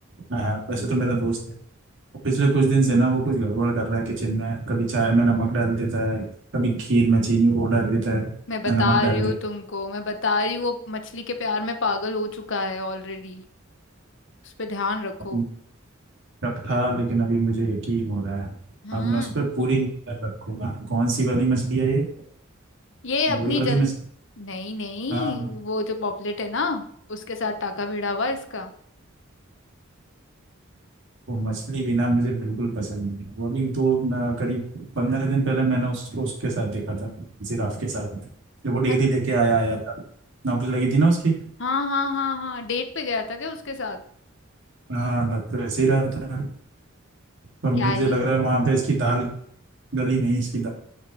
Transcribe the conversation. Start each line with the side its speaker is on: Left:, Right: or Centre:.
Right: हाँ, वैसे तो मेरा दोस्त है पिछले कुछ दिन से ना वो कुछ गड़बड़ कर रहा है किचन में कभी चाय में नमक डाल देता है कभी खीर में चीनी वो डाल देता है
Left: मैं बता
Right: नमक डाल
Left: रही हूँ
Right: देता
Left: तुमको मैं बता रही हूँ वो मछली के प्यार में पागल हो चुका है ऑलरेडी उस पे ध्यान रखो
Right: है शक था लेकिन अभी मुझे यकीन हो रहा है
Left: हाँ
Right: अब मैं उस पर पूरी नजर रखूंगा कौन सी वाली मछली है ये
Left: ये
Right: ये
Left: अपनी
Right: वही वाली
Left: जल
Right: मछली
Left: नहीं नहीं
Right: हाँ
Left: वो जो पॉपलेट है ना उसके साथ टाका भिड़ा हुआ है इसका
Right: वो मछली भी ना मुझे बिल्कुल पसंद नहीं है वो अभी दो न, करीब पंद्रह दिन पहले मैंने उसको उसके साथ देखा था जिराफ के साथ जब वो डिग्री
Left: मत
Right: लेके आया आया था नौकरी लगी थी ना उसकी
Left: हाँ हाँ हाँ हाँ डेट पे गया था क्या उसके साथ
Right: हाँ लग तो वैसे ही रहा था पर
Left: क्या
Right: मुझे
Left: ही
Right: लग रहा है वहां पे इसकी दाल गली नहीं इसकी दाल